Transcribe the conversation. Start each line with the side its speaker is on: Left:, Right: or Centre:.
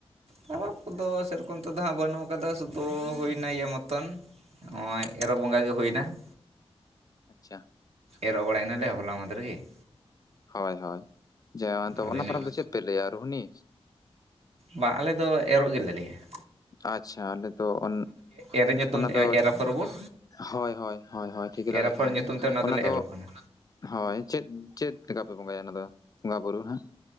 Right: ᱯᱟᱨᱟᱵᱽ ᱠᱚᱫᱚ ᱥᱮᱨᱚᱠᱚᱢ ᱱᱤᱛᱚᱜ ᱫᱚ ᱦᱟᱸᱜ ᱵᱟᱹᱱᱩᱜ ᱠᱟᱫᱟ ᱥᱩᱫᱩ ᱦᱩᱭᱱᱟ ᱤᱭᱟ. ᱢᱚᱛᱚᱱ ᱾ ᱱᱚᱜᱼᱚᱭ ᱮᱨᱚᱜ ᱵᱚᱸᱜᱟ ᱜᱮ ᱦᱩᱭᱱᱟ ᱾
Left: ᱟᱪᱪᱷᱟ ᱾
Right: ᱮᱨᱚᱜ ᱵᱟᱲᱟᱭᱱᱟᱞᱮ ᱦᱚᱞᱟ ᱢᱟᱦᱫᱷᱮᱨ ᱜᱤ ᱾
Left: ᱦᱚᱭ ᱦᱚᱭ, ᱡᱮ ᱚᱱᱛᱮ
Right: ᱟᱫᱚ
Left: ᱚᱱᱟ
Right: ᱤᱱᱟᱹᱜᱮ
Left: ᱯᱟᱨᱟᱵᱽ ᱫᱚ ᱪᱮᱫ ᱯᱮ ᱞᱟᱹᱭᱟ ᱨᱩᱦᱱᱤ?
Right: ᱵᱟᱝ ᱟᱞᱮ ᱫᱚ, ᱮᱨᱚᱜ ᱜᱮᱞᱮ ᱞᱟᱹᱭᱟ ᱾
Left: ᱟᱪᱪᱷᱟ, ᱟᱞᱮ ᱚᱱᱟ,
Right: ᱮᱨᱮ ᱧᱩᱛᱩᱢ
Left: ᱚᱱᱟ
Right: ᱛᱮ
Left: ᱫᱚ
Right: ᱮᱨ ᱟᱯᱷᱚᱨ ᱵᱚᱱ
Left: ᱦᱚᱭ ᱦᱚᱭ ᱦᱚᱭ, ᱴᱷᱤᱠᱟᱹ ᱫᱟᱲᱮᱭᱟᱜ
Right: ᱮᱨ ᱟᱯᱷᱚᱨ
Left: ᱠᱟᱱᱟ
Right: ᱧᱩᱛᱩᱢ
Left: ᱞᱤᱧ
Right: ᱛᱮ
Left: ᱚᱱᱟ
Right: ᱫᱚᱞᱮ
Left: ᱫᱚ
Right: ᱮᱨᱚᱜ ᱠᱟᱱᱟ
Left: ᱾ ᱦᱚᱭ, ᱪᱮᱫ ᱪᱮᱫ ᱞᱮᱠᱟ ᱯᱮ ᱵᱚᱸᱜᱟᱭᱟ ᱚᱱᱟ ᱫᱚ ᱵᱚᱸᱜᱟ ᱵᱩᱨᱩ ᱱᱷᱟᱸᱜ?